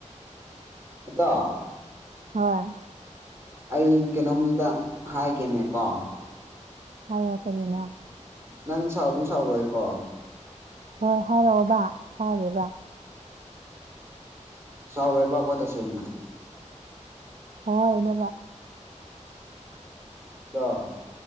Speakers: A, on the right (about 20°); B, on the right (about 85°).
A: ꯑꯗꯣ
B: ꯍꯣꯏ
A: ꯑꯩ ꯀꯩꯅꯣꯝꯗ ꯍꯥꯏꯒꯦꯅꯦꯀꯣ
B: ꯍꯥꯏꯌꯣ ꯀꯔꯤꯅꯣ
A: ꯅꯪ ꯁꯥꯎꯗꯤ ꯁꯥꯎꯔꯣꯏꯀꯣ
B: ꯍꯣꯏ ꯍꯥꯏꯔꯛꯑꯣꯕ ꯁꯥꯎꯔꫭꯏꯕ
A: ꯁꯥꯎꯔꫭꯏꯕꯀꫭ ꯇꯁꯦꯡꯅ
B: ꯍꯣꯏ ꯅꯦꯕ
A: ꯗꫭ